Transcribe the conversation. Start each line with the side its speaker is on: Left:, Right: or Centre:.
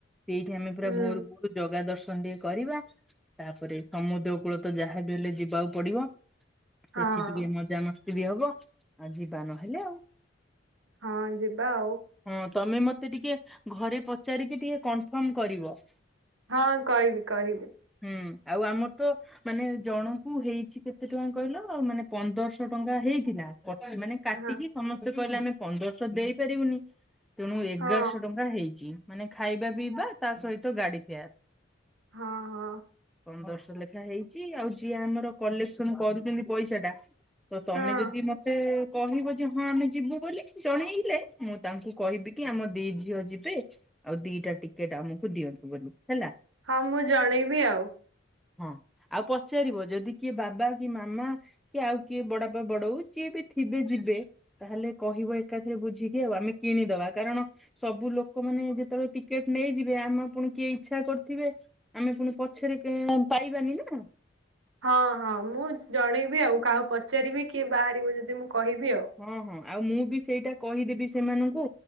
Centre: ସେଇଠି ଆମେ ପୁରା
Right: ହୁଁ
Centre: ଭୋର ଭୋର ଜଗା ଦର୍ଶନ ଟିକେ କରିବା। ତାପରେ ସମୁଦ୍ର କୂଳ ତ ଯାହାବି ହେଲେ ଯିବାକୁ ପଡିବ। ସେଠି
Right: ହଁ
Centre: ଟିକେ ମଜାମସ୍ତି ବି ହବ ଆଉ ଯିବା ନହେଲେ ଆଉ।
Right: ହଁ ଯିବା ଆଉ।
Centre: ହଁ ତମେ ମତେ ଟିକେ ଘରେ ପଚାରିକି ଟିକେ କନଫର୍ମ କରିବ।
Right: ହଁ କଇବିି କହିବିି।
Centre: ହୁଁ ଆଉ ଆମର ତ ମାନେ ଜଣଙ୍କୁ ହେଇଛି କେତେ ଟଙ୍କା କହିଲ ମାନେ ପନ୍ଦରଶହ ଟଙ୍କା ହେଇଥିଲା କଟ ମାନେ କାଟିକି
Right: ହଁ
Centre: ସମସ୍ତେ କହିଲେ ଆମେ ପନ୍ଦରଶହ ଦେଇ ପାରିବୁନି। ତେଣୁ ଏଗାରଶ
Right: ହଁ
Centre: ଟଙ୍କା ହେଇଛି ମାନେ ଖାଇବା ପିଇବା ତା ସହିତ ଗାଡି ଫେୟାର।
Right: ହଁ ହଁ।
Centre: ପନ୍ଦରଶ ଲେଖା ହେଇଛି ଆଉ ଯିଏ ଆମର କଲେକ୍ସନ କରୁଛନ୍ତି ପଇସା ଟା ତ ତମେ
Right: ହଁ
Centre: ଯଦି ମତେ କହିବ ଯେ ହଁ ଆମେ ଯିବୁ ବୋଲି ଜଣେଇଲେ ମୁଁ ତାଙ୍କୁ କହିବି କି ଆମ ଦି ଝିଅ ଯିବେ ଆଉ ଦିଟା ଟିକେଟ ଆମକୁ ଦିଅନ୍ତୁ ବୋଲି ହେଲା।
Right: ହଁ ମୁଁ ଜଣେଇବି ଆଉ।
Centre: ହଁ ଆଉ ପଚାରିବ ଯଦି କିଏ ବାବା କି ମାମା କି ଆଉ କିଏ ବଡାପା ବଡଉ ଯିଏ ବି ଥିବେ ଯିବେ। ତାହେଲେ କହିବ ଏକାଥରେ ବୁଝିକି ଆଉ ଆମେ କିଣିଦବା କାରଣ ସବୁ ଲୋକମାନେ ଯେତେବେଳେ ଟିକେଟ ନେଇଯିବେ ଆମ ପୁଣି କିଏ ଇଚ୍ଛା କରିଥିବେ। ଆମେ ପୁଣି ପଛରେ ପାଇବାନି ନା।
Right: ହଁ ହଁ ମୁଁ ଜଣେଇବି ଆଉ କାହାକୁ ପଚାରିବି କିଏ ବାହାରିବ ଯଦି ମୁଁ କହିବି ଆଉ।
Centre: ହଁ ହଁ ଆଉ ମୁଁ ବି ସେଇଟା କହିଦେବି ସେମାନଙ୍କୁ।